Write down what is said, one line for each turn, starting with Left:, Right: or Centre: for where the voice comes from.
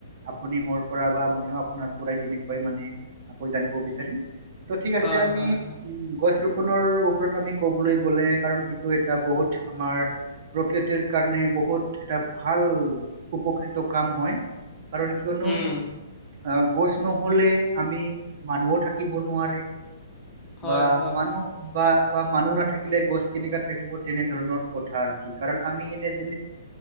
Right: আপুনি মোৰ পৰা বা মইও আপোনাৰ পৰাই তেনেকুৱাই মানে আকৌ জানিব বিচাৰিম। ত' ঠিক আছে
Left: হয়
Right: আমি
Left: হয়
Right: উম
Left: হয়
Right: গছ ৰুপ পোনৰ ওপৰত আমি ক'বলৈ গ'লে কাৰণ এইটো এটা বহুত আমাৰ প্ৰকৃতিৰ কাৰণে বহুত এটা ভাল উপকৃত কাম হয়। কাৰণ কিয়নো
Left: উম
Right: আহ গছ নহলে আমি মানুহও থাকিব নোৱাৰে
Left: হয়
Right: বা
Left: হয়
Right: মানুহ
Left: হয়
Right: বা বা মানুহ নাথাকিলে গছ কেনেকা থাকিব তেনে ধৰণৰ কথা আৰু। আমি এনে যে